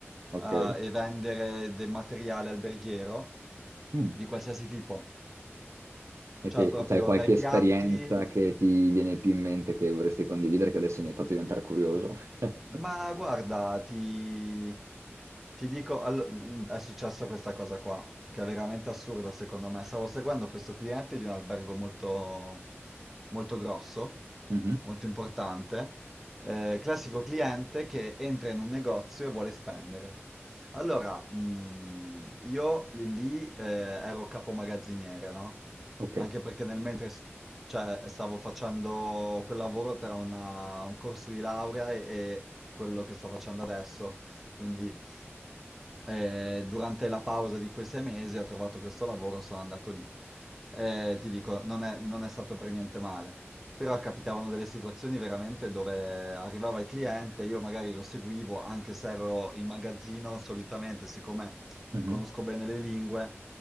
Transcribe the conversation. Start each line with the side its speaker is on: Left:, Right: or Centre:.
Right: Ok.
Centre: e vendere del materiale alberghiero
Right: Mm.
Centre: di qualsiasi tipo,
Right: E
Centre: cioè
Right: che
Centre: proprio
Right: c'hai qualche
Centre: dai
Right: esperienza
Centre: piatti
Right: che ti viene più in mente che vorresti condividere, che adesso mi hai fatto diventare curioso. <laughs>
Centre: Ma guarda, ti, ti dico, allo- m- è successa questa cosa qua, che è veramente assurda secondo me. Stavo seguendo questo cliente di un albergo molto, molto grosso,
Right: Mhm,
Centre: molto importante, eh, classico cliente che entra in un negozio e vuole spendere. Allora, mh, io lì, lì, eh, ero capo magazziniere, no?
Right: Ok.
Centre: Anche perché nel mentre s- cioè stavo facendo quel lavoro tra una- un corso di laurea e, e quello che sto facendo adesso, quindi eh, durante la pausa di quei sei mesi ho trovato questo lavoro, sono andato lì. Eh, ti dico, non è, non è stato per niente male, però capitavano delle situazioni veramente dove arrivava il cliente, io magari lo seguivo anche se ero in magazzino, solitamente, siccome
Right: Mhm.
Centre: conosco bene le lingue,